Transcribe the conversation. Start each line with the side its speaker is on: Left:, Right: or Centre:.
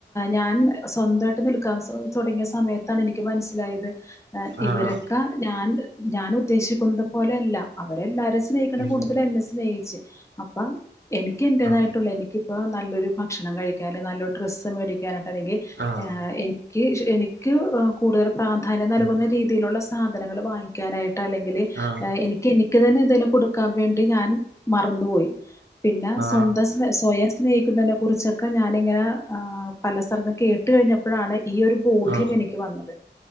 Left: ഞാൻ- സ്വന്തമായിട്ട് നിൽക്കാൻ തൊടങ്ങിയ സമയത്താണ് എനിക്ക് മനസ്സിലായത്
Right: ആഹ്
Left: ഇവരെ- ഞാൻ ഞാൻ ഉദ്ദേശിക്കുന്നത് പോലെയല്ല അവരെല്ലാരും- സ്നേഹിക്കെണ
Right: ഉം
Left: കൂട്ടത്തില് എന്നെ സ്നേഹിച്ച് അപ്പ എനിക്ക് എന്റേതായിട്ടുള്ള
Right: ആഹ്
Left: എനിക്ക്- ഇപ്പ നല്ലൊരു ഭക്ഷണം കഴിക്കാൻ അല്ലെങ്കിൽ നല്ലൊരു ഡ്രസ്സ് മേടിക്കാനായിട്ട് അല്ലെങ്കിൽ
Right: ആഹ്
Left: എനിക്ക് എനിക്ക്- എനിക്ക് കൂടുതല് പ്രാധാന്യം നൽകുന്ന
Right: ഉം
Left: രീതിയിലുള്ള സാധനങ്ങൾ വാങ്ങിക്കാനായിട്ട്- അല്ലെങ്കില്
Right: ആഹ്
Left: എനിക്ക് എനിക്ക് തന്നെ എന്തേലും കൊടുക്കാൻ വേണ്ടി ഞാൻ മറന്നുപോയി പിന്നെ
Right: ആ
Left: സ്വന്തം സ് സ്വയം സ്നേഹിക്കുന്നതിനെ കുറിച്ചൊക്കെ ഞാനിങ്ങനെ പല സ്ഥല- കേട്ടു കഴിഞ്ഞപ്പോഴാണ് ഈ ഒരു ബോധ്യം
Right: ആ
Left: എനിക്ക് വന്നത്